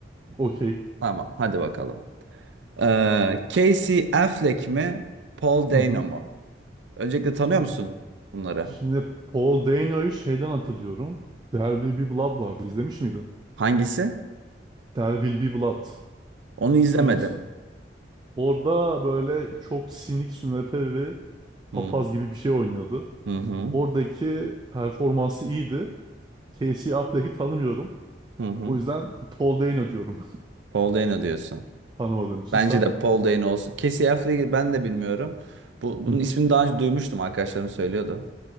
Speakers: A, on the right; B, on the right.
A: Okey.
B: Tamam, hadi bakalım. E, Casey Affleck mi, Paul Dano
A: Hı hı.
B: mu? Öncelikle tanıyor
A: Şimdi
B: musun bunları?
A: şimdi Paul Dano'yu şeyden hatırlıyorum. There Will Be Blood vardı. İzlemiş miydin?
B: Hangisi?
A: There Will Be Blood.
B: Onu izlemedim.
A: Bir film ismi. Orada böyle çok sinik sünepe ve papaz
B: Hmm.
A: gibi bir şey oynuyordu.
B: Hı hı.
A: Oradaki performansı iyiydi. Casey Affleck'i tanımıyorum.
B: Hı hı.
A: O yüzden Paul Dano diyorum.
B: Paul Dano diyorsun.
A: <laughs> Tanımadığım için
B: Bence
A: sen.
B: de Paul Dano olsun. Casey Affleck'i ben de bilmiyorum. Bu,
A: Hı
B: bunun
A: hı.
B: ismini daha önce duymuştum arkadaşlarım söylüyordu.